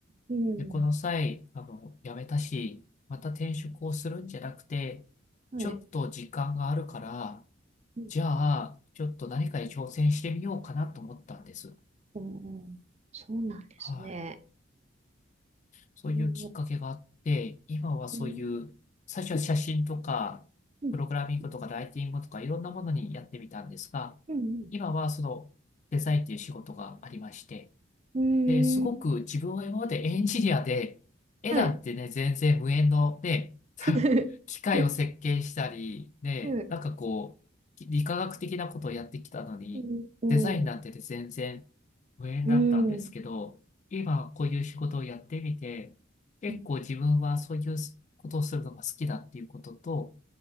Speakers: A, on the right (about 35°); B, on the left (about 40°).
A: うん、
B: で、この際、あの、辞めたし、また転職をするんじゃなくて、
A: はい。
B: ちょっと時間があるから、
A: うん、
B: じゃあ、ちょっと何かに挑戦してみようかなと思ったんです。
A: うん、うんそうなんですね。
B: はい。そういうきっかけがあって、
A: うん
B: 今はそういう、
A: うん。
B: 最初は写真とか、
A: うん。
B: プログラミングとかライティングとかいろんなものにやってみたんですが、
A: うん。
B: 今はそのデザインという仕事がありまして、
A: うん。
B: で、すごく自分は今までエンジニアで、
A: うーん
B: 絵なんてね、
A: はい。
B: 全然無縁のね、<laughs>
A: <laughs>
B: 機械を設計したり、ね、
A: うん。
B: なんかこう、理化学的なことをやってきたのに、
A: うん。
B: デザインなんてね全然無縁だったんですけど、
A: うん。
B: 今こういう仕事をやってみて、結構自分はそういうことをするのが好きだっていうことと、
A: うん